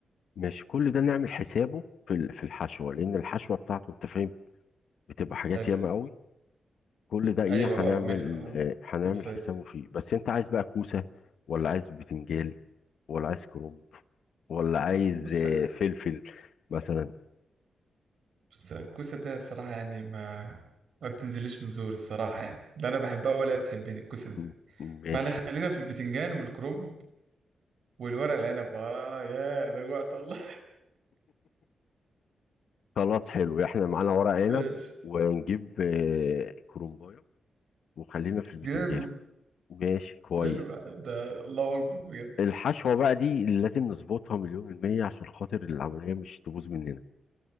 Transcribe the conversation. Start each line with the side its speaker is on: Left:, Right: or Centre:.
Left: ماشي كل ده نعمل حسابه في ال- في الحشوة لأن الحشوة بتاعته انت فاهم بتبقى حاجات
Right: حلو
Left: ياما قوي كل ده ايه
Right: ايوه
Left: هنعمل
Right: اه مل- آه.
Left: آه، هنعمل
Right: مش فايق.
Left: حسابه فيه بس انت عايز بقى كوسة ولا عايز بتنجال ولا عايز كرنب ولا عايز
Right: بص
Left: آه، فلفل مثلا
Right: بس الكوسة ده الصراحة يعني ما ما بتنزليش من زوري الصراحة يعني لا أنا بحبها ولا هي بتحبني الكوسة
Left: <laughs>
Right: دي
Left: ماشي
Right: فأنا خلينا في البتنجان والكرنب والورق العنب آه يا لجوعت والله
Left: سلطات حلو احنا معانا ورق عنب
Right: <laughs> ماشي
Left: ونجيب آه، كرنبايه وخلينا في البتنجان
Right: جامد
Left: ماشي كويس
Right: حلو ده الله أكبر بجد
Left: الحشوة بقى دي اللي لازم نظبطها مليون المية عشان خاطر العملية مش تبوظ مننا